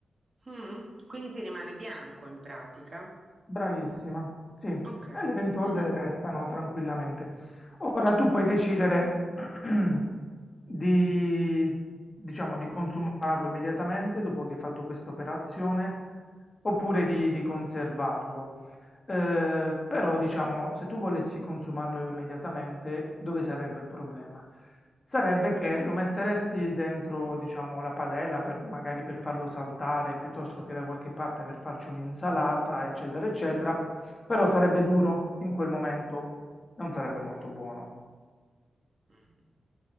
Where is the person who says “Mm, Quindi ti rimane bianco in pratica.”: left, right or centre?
Right